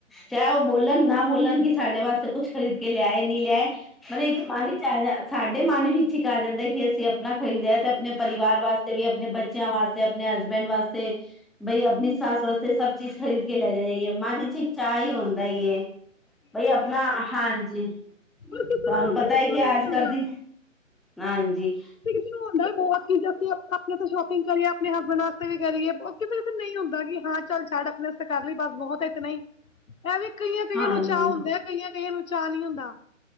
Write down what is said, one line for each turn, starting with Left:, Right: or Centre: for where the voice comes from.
Centre: ਚਾਹੇ ਉਹ ਬੋਲਣ ਨਾ ਬੋਲਣ ਕਿ ਸਾਡੇ ਵਾਸਤੇ ਕੁਛ ਖਰੀਦ ਕੇ ਲਿਆਏ ਨੀ ਲਿਆਏ ਮਤਲਬ ਇੱਕ ਮਨ- ਵਿਚ ਆ ਜਾਂ ਸਾਡੇ ਮਨ ਵਿੱਚ ਇੱਕ ਆ ਜਾਂਦਾ ਕਿ ਅਸੀਂ ਆਪਣਾ ਖਰੀਦਿਆ ਤੇ ਆਪਣੇ ਪਰਿਵਾਰ ਵਾਸਤੇ- ਵੀ ਆਪਣੇ ਬੱਚਿਆਂ ਵਾਸਤੇ ਆਪਣੇ ਹਸਬੈਂਡ ਵਾਸਤੇ- ਬਈ ਆਪਣੀ ਸਸ ਵਾਸਤੇ ਸਭ ਚੀਜ਼ ਖਰੀਦ ਕੇ ਲੈ ਜਾ ਜਾਈਏ ਮਨ ਵਿੱਚ- ਚਾਅ ਹੀ ਹੁੰਦਾ ਏ ਬਈ ਆਪਣਾ ਹਾਂਜੀ।
Left: ਪਰ
Centre: ਤੁਹਾਨੂੰ
Left: ਕਿਸੇ ਨੂੰ ਹੁੰਦਾ
Centre: ਪਤਾ
Left: ਕਿਸੇ
Centre: ਹੈ ਕਿ
Left: ਨੂੰ ਨਹੀਂ
Centre: ਆਜ
Left: ਹੁੰਦਾ
Centre: ਕਲ ਦੀ ਹਾਂਜੀ।
Left: ਵੀ ਉਹ ਹੁੰਦਾ ਵੀ ਬਹੁਤ ਚੀਜ਼ ਅਸੀਂ ਆਪਣੇ ਤੋਂ ਸ਼ੋਪਿੰਗ ਕਰੀਏ ਆਪਣੇ ਹਸਬੈਂਡ ਵਸਤੇ ਵੀ ਕਰੀਏ ਬਹੁ- ਕਿਤੇ ਕਿਤੇ ਨਹੀਂ ਹੁੰਦਾ ਕਿ ਹਾਂ ਚੱਲ ਛੱਡ ਆਪਣੇ ਵਾਸਤੇ ਕਰ ਲਈ ਬਸ ਬਹੁਤ ਇਤਨਾ ਹੀਂ। ਐ ਵੀ ਕਈਆਂ ਕਈਆਂ
Centre: ਹਾਂਜੀ
Left: ਨੂੰ ਚਾਅ ਹੁੰਦੇ ਆ ਕਈਆਂ ਕਈਆਂ ਨੂੰ ਚਾਅ ਨੀ ਹੁੰਦਾ।